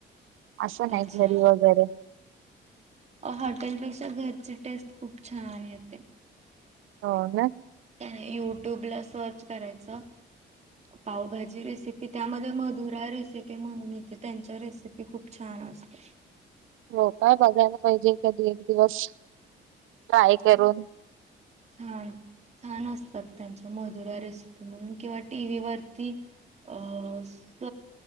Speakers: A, on the right (about 85°); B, on the right (about 35°).
A: असं नाहीत
B: अच्छा
A: घरी वगैरे
B: हॉटेल पेक्षा घरची टेस्ट खूप छान येते.
A: हो ना.
B: काही नाही युट्यूब ला सर्च करायच
A: <inaudible>
B: पावभाजी रेसिपी त्यामध्ये मधुरा रेसिपी म्हणून येते त्यांच्या रेसिपी खूप छान असतात.
A: हो काय बघायला पाहिजे कधी एक दिवस. ट्राय
B: <unintelligible>
A: करून
B: छान, छान असतात त्यांच्या मधुरा रेसिपी म्हणून किंवा टी व्ही वरती अ स